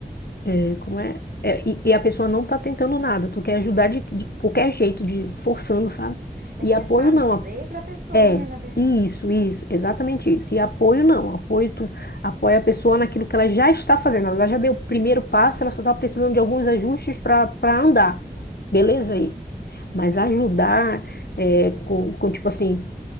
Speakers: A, on the left; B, on the right.
A: é, como é? É, e, e a pessoa não está tentando nada. Tu quer ajudar de, de qualquer jeito, de forçando, sabe?
B: Você
A: E
B: quer
A: apoio
B: fazer
A: não.
B: pra pessoa,
A: É,
B: né, na verdade.
A: isso, isso, exatamente isso. E apoio não, apoio tu apoia a pessoa naquilo que ela já está fazendo. Ela já deu o primeiro passo, ela só está precisando de alguns ajustes para para andar. Beleza
B: Uhum,
A: aí. Mas ajudar é, com, com tipo assim,